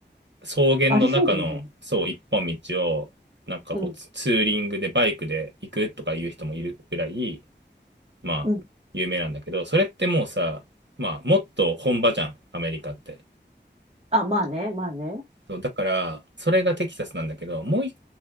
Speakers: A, on the right; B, on the right.
A: 草原の中のそう一本道をなんかこうツツーリングでバイクで行くとかいう人もいるぐらい
B: ありそうだよね。うん、
A: まあ有名なんだけどそれってもうさまあもっと本場じゃんアメリカって
B: うん。あ、まあね、まあね。
A: そうだからそれがテキサスなんだけどもう一